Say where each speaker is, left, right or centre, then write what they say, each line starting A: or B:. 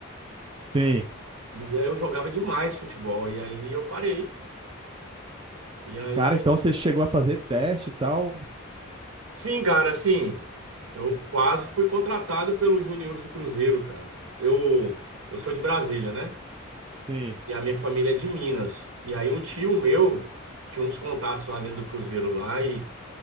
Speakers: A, on the right; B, on the right.
A: sim.
B: E aí eu jogava demais futebol. E aí eu parei. E aí.
A: Cara, então você chegou a fazer teste e tal?
B: Sim, cara, assim. Eu quase fui contratado pelos juniores do Cruzeiro, cara. Eu, eu sou de Brasília, né?
A: Sim,
B: E a minha família é de Minas. E aí um tio meu tinha uns contatos lá dentro do Cruzeiro lá e